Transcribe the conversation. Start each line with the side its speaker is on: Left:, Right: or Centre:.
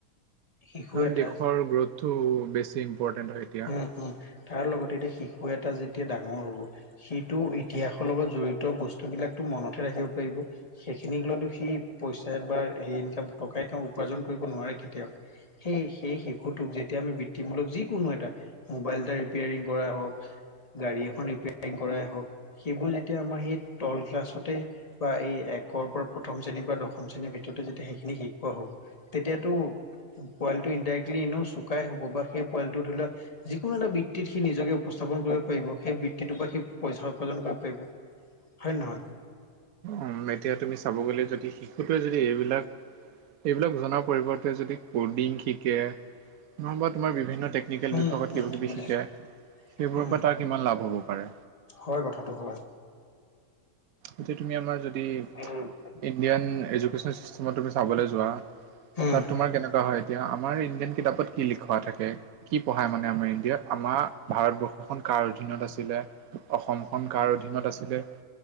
Left: শিশু
Right: কাৰণ
Left: এটা
Right: দেশৰ গ্ৰোথটো বেছি ইম্পৰ্টেন্ট হয় এতিয়া।
Left: <unintelligible> তাৰ লগতে এতিয়া শিশু এটা যেতিয়া ডাঙৰ হ'ব। সিটো ইতিহাসৰ লগত জড়িত বস্তুবলাকটো মনতে ৰাখিব পাৰিব। সেইখিনিক লৈতো সি পইচা বা হেৰি ইনকাম। টকাই তেওঁ উপাৰ্জন কৰিব নোৱাৰে কেতিয়াও সেই সেই শিশুটোক যেতিয়া আমি বি টিমূলক যি কোনো এটা মোবাইল এটা ৰিপেয়াৰিং কৰাই হওক। গাড়ী এখন ৰিপেয়াৰিং কৰাই হওক। সেইবোৰ যেতিয়া আমাৰ সেই তল ক্লাছতে বা এই একৰ পৰা প্ৰথম শ্ৰেণীৰ পৰা দশম শ্ৰেণীৰ ভিতৰ সেইটো যেতিয়া সেইখিনি শিকোৱা হ'ব তেতিয়াতো। পোৱালিটো ইনডাইৰেক্টলি এনেও চুকাই হ'ব বা সেই পোৱালটো ধৰি লোৱা যিকোনো এটা বি বৃত্তিত সি নিজকে উপস্থাপন কৰিব পাৰিব সেই বৃত্তিটোৰ পৰা সি পইচা উপাৰ্জন কৰিব পাৰিব। হয় নহয়।
Right: উম এতিয়া তুমি চাব গলে যদি শিশুটোৱে যদি এইবিলাক- এইবিলাক জনা। পৰিবৰ্তে যদি কডিং শিকে নবা তোমাৰ বিভিন্ন টেকনিকেল
Left: উম
Right: বিভাগত।
Left: উম
Right: কিবা কিবি
Left: বুজিছো
Right: শিকে সেইবোৰৰ
Left: উম
Right: পৰা তাৰ কিমান লাভ হ'ব পাৰে।
Left: হয় কথাটো হয়
Right: এতিয়া তুমি আমাৰ যদি
Left: উম
Right: ইণ্ডিয়ান এযোকেশ্যন চিষ্টেমত তুমি চাবলে যোৱা। তাত
Left: উম।
Right: তোমাৰ কেনেকুৱা হয় এতিয়া আমাৰ ইণ্ডিয়ান কিতাপত কি লিখোৱা থাকে। কি পঢ়ায় মানে আমাৰ ইণ্ডিয়াত আমাৰ ভাৰতবৰ্ষখন কাৰ অধীনত আছিলে? অসমখন কাৰ অধীনত আছিলে